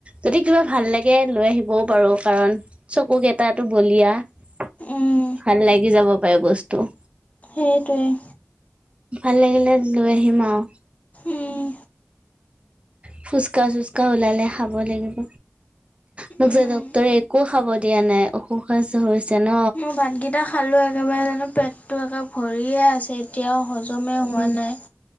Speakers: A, on the right; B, on the left.
A: যদি কিবা ভাল লাগে লৈ আহিবও পাৰো কাৰণ চকু কেইটো বুল লিয়া
B: উম,
A: ভাল লাগি যাব পাৰে বস্তু।
B: সেইটোৱেই।
A: ভাল লাগিলে লৈ আহিম আৰু।
B: উম।
A: ফুচকা চুচকা ওলালে খাব লাগিব। মোক
B: উম।
A: যে ডক্তৰে একো খাব দিয়া নাই অসুখ ন
B: মই ভাতকেইটা খালো একেবাৰে জানো পেটতটো একে ভৰিয়ে আছে এতিয়াও হজ মে
A: উম
B: হোৱা নাই।